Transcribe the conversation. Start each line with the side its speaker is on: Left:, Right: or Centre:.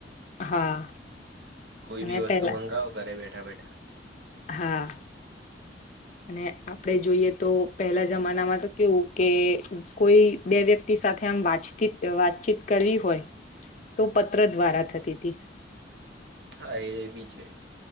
Left: હા
Right: કોઈ
Left: અને
Right: બી વસ્તુ
Left: પેલા
Right: મંગાવો ઘરે બેઠા બેઠા
Left: હા અને આપડે જોઈએ તો પહેલા જમાનામાં તો કેવું કે કોઈ બે વ્યક્તિ સાથે આમ વાંચતી વા વાતચીત કરવી હોય તો પત્ર દ્વારા થતી હતી
Right: હા એ બી છે